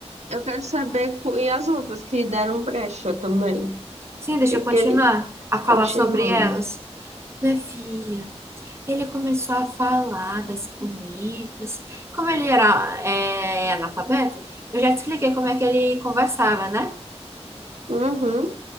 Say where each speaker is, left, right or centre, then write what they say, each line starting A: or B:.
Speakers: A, on the right; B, on the right.
A: Eu quero saber por... e as outras que deram brecha também.
B: Sim, deixa
A: Que,
B: eu
A: que
B: continuar
A: ele
B: a
A: continue.
B: falar sobre elas. Minha filha, ele começou a falar das bonitas. Como ele era é, analfabeto, eu já te expliquei como é que ele conversava, né?
A: Uhum.